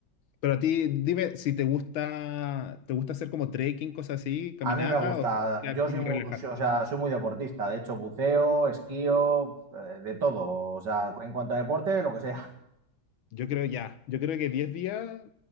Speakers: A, on the left (about 75°); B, on the right (about 60°).
A: pero a ti, dime si te gusta, te gusta hacer como trekking, cosas así, caminata
B: A mí me gusta,
A: o ya
B: yo
A: como
B: soy muy,
A: relajarte.
B: o sea, soy muy deportista, de hecho, buceo, esquío, eh, de todo, o sea, en cuanto a deporte, lo que sea,
A: Yo creo ya, yo creo que 10 días